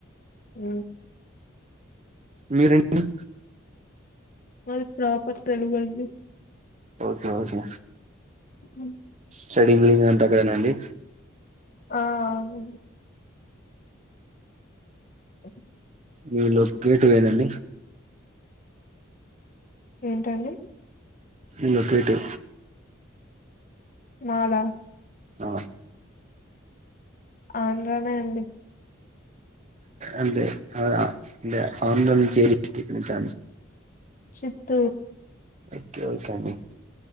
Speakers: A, on the left (about 40°); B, on the right (about 35°).
A: అ
B: మీరేం టి
A: మాది ప్రాపర్ తెలుగండి
B: ఓకే ఓకే
A: ఉ
B: స్టడీంగు ఎంతకైనదండి
A: ఆ అవును హ
B: మీ లో గేటు వేందండి.
A: ఏంటండి
B: ఇంలో గేటు
A: మాల
B: ఆ
A: ఆంధ్రానే అండి.
B: అదే అ అ ఆందోళం చేరిట్ట అండి
A: చిత్తూర్
B: ఐతే ఓకే అండి.